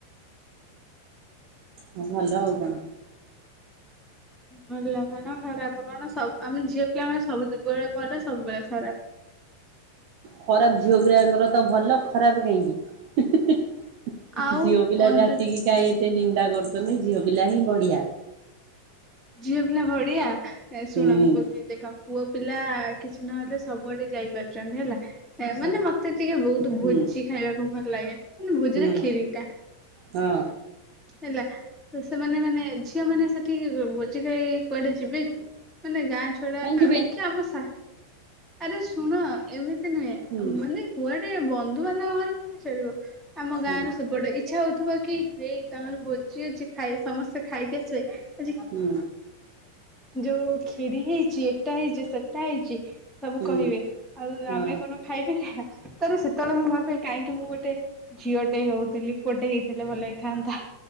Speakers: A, on the right; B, in the centre.
A: ହ ମହଲା ହଉଗଣ
B: ଭଲ କଣ ଖରାପ କଣ ସବୁ ଆମେ ଝିଅ ପିଲାଙ୍କ ସବୁବେଳେ ବଲେ ସବୁବେଳେ ଖରାପ
A: ଖରାପ ଝିଅ ପିଲା ଙ୍କର ତ ଭଲ ଖରାପ କାହିଁକି? ଜଝିଓ
B: ଆଉ
A: ପିଲ
B: ପଞ୍ଜୁ
A: ଯନ୍ତି କି କ ସେ ନିନ୍ଦା କରୁଛନ୍ତିଛନ୍ତି ଝିଅ ପିଲା ହିଁ ବଢିଆ।
B: ଝିଅ ପିଲା ଭଢିଆ ହେ ଶୁଣ
A: ହୁଁ
B: ଗୁଲଦ ଦେଖା ପୁଅ ପିଲା କିଛି ନହେଲେ ସବୁଆଡେ ଯାଇପାରୁଛନ୍ତି ହେଲା
A: ସବୁ
B: ମାନେ ମତେ ଟିକେ ବହୁତ
A: ହୁଁ
B: ଭୋଜି ଖାଇବାକୁ ଭଲ ଲାଗେ ମାନେ ଭୋଜିରେ
A: ହୁଁ
B: କ୍ଷିରୀ ଟା
A: ହଁ
B: ହେଲା, ତ ସେମାନେ ମାନେ ଝିଅ ମାନେ ସେଠି ଭୋଜି ଖାଇ କୁଆଡେ ଯିବେ କି ମାନେ ଗାଁ ଛଡା
A: କାହିଁ ଯିବେନି
B: କି ଆମ ସାହି, ଆରେ ଶୁଣ ଏମିତି ନୁହେଁ
A: ହୁଁ
B: ମାନେ କୁଆଡେ ବନ୍ଧୁବାନ୍ଧବ। ଚଳିବ। ଆମ
A: ହୁଁ
B: ଗାଁରୁ ସେପଟେ ଇଚ୍ଛା ହଉଥିବ କି ହେଇ ତମର ହଉଛି ଖାଇ ସମସ୍ତେ ଖାଇକି ଆସିବେ ଆଜି
A: ହୁଁ
B: ଯୋଉ କ୍ଷୀରି ହେଇଛି ଏଟା ହେଇଛି ସେଟା ହେଇଛି ସବୁ
A: ହୁଁ
B: କହିବେ ଆଉ
A: ହଁ
B: ଆମେ କଣ ଖାଇପାରିଆ। ତ ସେତେବେଳେ ମୁଁ ଭାବେ କାହିଁକି ମୁଁ ଗୋଟେ ଝିଅ ଟେ ହଉଥିଲି ଗୋଟେ ହେଇଥିଲେ ଭଲ ହେଇଥାନ୍ତା।